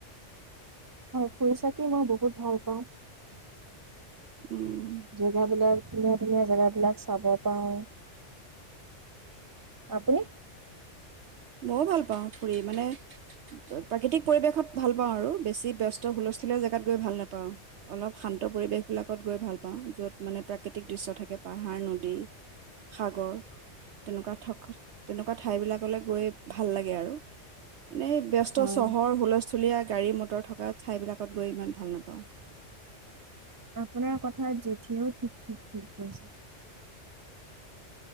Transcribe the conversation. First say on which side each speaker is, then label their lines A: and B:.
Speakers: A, on the right; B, on the right.
A: হয় ফুৰি-চাকি মই বহুত ভাল পাওঁ।
B: উম
A: জেগা বিলাক ধুনীয়া, ধুনীয়া জেগা বিলাক চাব পাওঁ। আপুনি
B: মইও ভাল পাওঁ ফুৰি মানে। প্ৰাকৃতিক পৰিৱেশত ভাল পাওঁ আৰু বেছি ব্যস্ত হুলস্থুলীয়া জোগাত গৈ ভাল নাপাওঁ। অলপ শান্ত পৰিৱেশ বিলাকত গৈ ভাল পাওঁ,। য'ত মানে প্ৰাকৃতিক দৃশ্য থাকে পাহাৰ, নদী, সাগৰ তেনেকুৱা থকা তেনেকুৱা ঠাই বিলাকলৈ গৈ ভাল লাগে আৰু। এনেই ব্যস্ত
A: হয়
B: চহৰ হুলস্থুলীয়া গাড়ী মটৰ থকা ঠাইবিলাকত গৈ ইমান ভাল নাপাওঁ।
A: আপোনাৰ কথাত জেঠীয়েও ঠিক, ঠিক, ঠিক কৈছে।